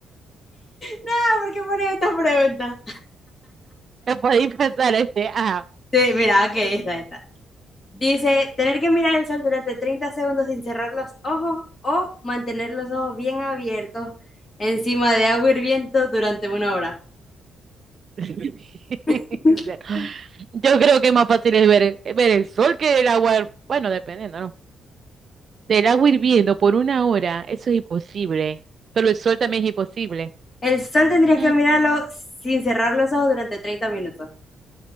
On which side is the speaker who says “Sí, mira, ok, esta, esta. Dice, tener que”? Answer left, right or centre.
Left